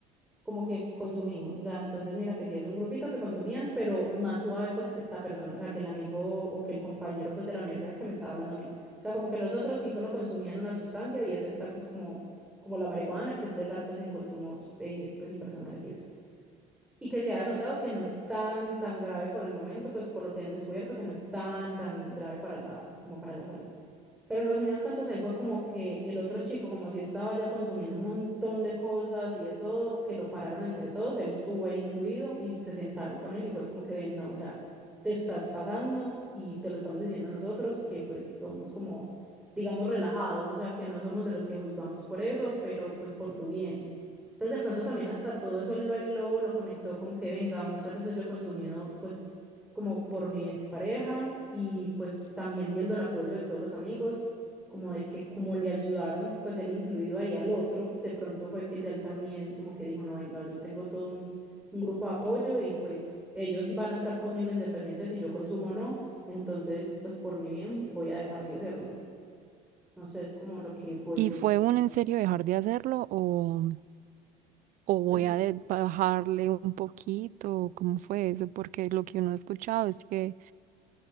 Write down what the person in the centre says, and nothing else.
como que consumimos, o sea, entonces mira que sí es un grupito que consumían, pero más suave pues que esta persona, o sea, que el amigo o que el compañero pues de la universidad que me estaba hablando a mí, o sea, como que los otros sí solo consumían una sustancia y es esta pues como, como la marihuana que es legal pues en consumos eh, pues y personales y eso y que se ha denotado que no es tan, tan grave por el momento, pues por lo que han descubierto, que no es tan, tan grave para la, como para la salud. Pero en resumidas cuentas, ahí fue como que el otro chico, como si estaba ya consumiendo un montón de cosas y de todo, que lo pararon entre todos, él estuvo ahí incluido y se sentaron con él y fue como que ven, no, o sea, te estás pasando y te lo estamos diciendo nosotros, que pues somos como, digamos, relajados, o sea, que no somos de los que juzgamos por eso, pero pues por tu bien. Entonces, de pronto también hasta todo eso él lo aisló, lo conectó con que venga, muchas veces yo he consumido, pues es como por mi expareja y pues también viendo el apoyo de todos los amigos, como de que como le ayudaron, pues él incluido ahí al otro, de pronto fue que ya él también como que dijo, no, venga, yo tengo todo un, un grupo de apoyo y pues ellos van a estar conmigo independientes si yo consumo o no, entonces pues por mi bien voy a dejar de hacerlo. No sé, es como lo que voy,
pues